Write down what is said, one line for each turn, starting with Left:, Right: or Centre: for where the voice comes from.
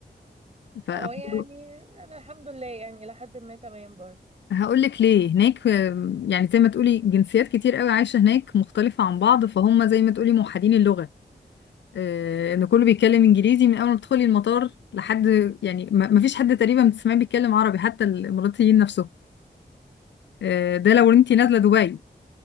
Left: فهقول
Right: اه يعني انا الحمد لله يعني لحد ما تمام برضه
Left: لك ليه هناك آم، يعني زي ما تقولي جنسيات كتير قوي عايشة هناك مختلفة عن بعض فهم زي ما تقولي موحدين اللغة آه، ان كله بيتكلم انجليزي من اول ما تدخلي المطار لحد يعني ما ما فيش حد تقريبا بتسمعيه بيتكلم عربي حتى الاماراتيين نفسهم آه، ده لو انت نازله دبي